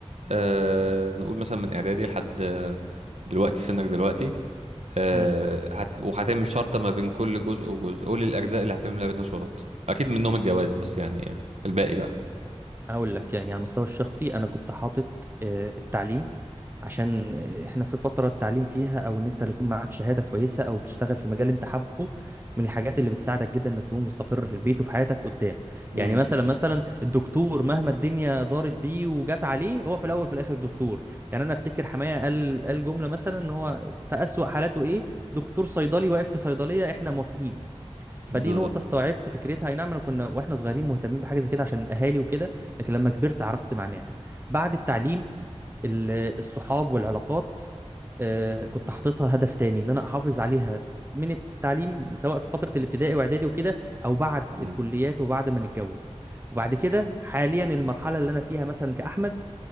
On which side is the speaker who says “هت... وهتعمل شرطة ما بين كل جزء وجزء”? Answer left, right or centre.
Right